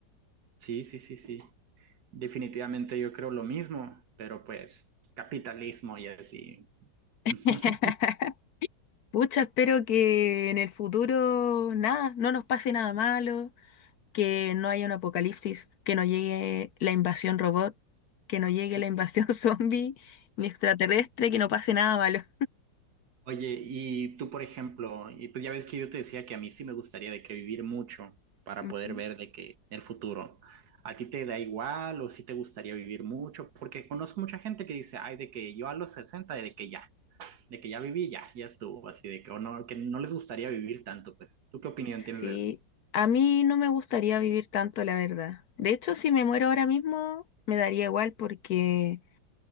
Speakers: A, on the right (about 65°); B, on the left (about 65°).
A: sí, sí, sí, sí. Definitivamente yo creo lo mismo, pero pues capitalismo y así. <laughs>
B: <laughs> Pucha, espero que en el futuro nada, no nos pase nada malo, que no haya un apocalipsis, que no llegue la invasión robot, que no llegue
A: Sí,
B: la invasión <laughs> zombie, ni extraterrestre, que no pase nada malo.
A: Oye, y tú, por ejemplo, y pues ya ves que yo te decía que a mí sí me gustaría de que vivir mucho para
B: Ujú.
A: poder ver de que el futuro. ¿A ti te da igual o sí te gustaría vivir mucho? Porque conozco mucha gente que dice, ay, de que yo a los 60 de que ya, de que ya viví, ya, ya estuvo, así de que, o no, que no les gustaría vivir tanto, pues. ¿Tú qué opinión tienes
B: Sí,
A: de eso?
B: a mí no me gustaría vivir tanto, la verdad. De hecho, si me muero ahora mismo, me daría igual porque